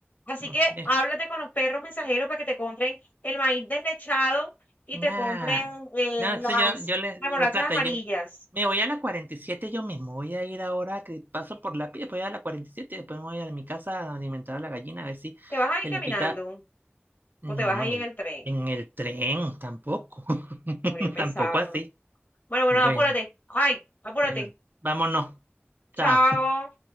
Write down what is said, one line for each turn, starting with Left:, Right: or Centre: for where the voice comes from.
Left: Así
Right: Mm,
Left: que
Right: Bien.
Left: háblate con los perros mensajeros para que te compren el maíz deslechado y
Right: Nah.
Left: te compren eh,
Right: No, eso
Left: las,
Right: yo, yo les
Left: las
Right: digo,
Left: bolachas
Right: plata,
Left: amarillas.
Right: yo me voy a la 47 yo mismo. Voy a ir ahora que paso por la piel, voy a la 47, después me voy a mi casa a alimentar a la gallina, a ver si
Left: ¿Te vas a ir
Right: se le
Left: caminando
Right: quita. No,
Left: o te vas
Right: no,
Left: a
Right: en
Left: ir
Right: el,
Left: en el tren?
Right: en el tren, tampoco. <laughs>
Left: Hombre, yo pensaba,
Right: Tampoco así.
Left: ¿no? Bueno, bueno,
Right: Bueno,
Left: apúrate. Ay, apúrate.
Right: bueno, vámonos.
Left: Chao.
Right: Chao.